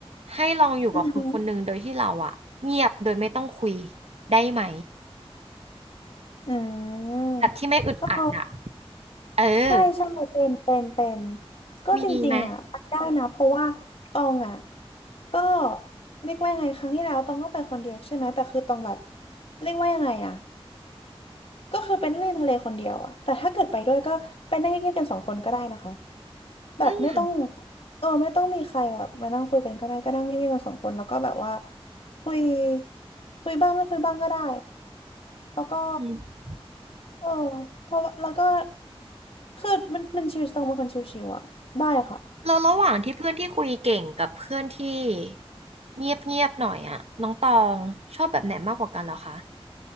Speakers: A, on the right; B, on the left.
A: ให้ลองอยู่กับคนคนหนึ่งโดยที่เราอ่ะเงียบโดยไม่ต้องคุย
B: อือหือ
A: ได้ไหม
B: อืมก็คือ
A: แบบที่ไม่อึดอัดอ่ะเออ
B: ใช่ใช่เป็นเป็นเป็นก็จริงๆอ่ะไปได้นะเพราะว่าตองอ่ะ
A: มีไหม
B: ก็เรียกว่ายังไงครั้งที่แล้วตองก็ไปคนเดียวใช่ไหมแต่คือตองแบบเรียกว่ายังไงอ่ะก็คือเป็นเล่นทะเลคนเดียวอ่ะแต่ถ้าเกิดไปด้วยก็เป็นได้เงียบๆกันสองคนก็ได้นะคะแบบไม่ต้อง
A: อื
B: เออไม่ต้องมีใครแบบมานั่งคุยกันก็ได้ก็นั่งเงียบๆกันสองคนแล้วก็แบบว่าคุยคุยบ้างไม่คุยบ้างก็ได้แล้วก็
A: ม
B: เออเพราะว่าแล้วก็คือมันมันชิวๆตรงเป็นคนชิวๆอ่ะได้ค่ะ
A: เราระหว่างที่เพื่อนที่คุยเก่งกับเพื่อนที่เงียบเงียบหน่อยอ่ะน้องตองชอบแบบไหนมากกว่ากันเหรอคะ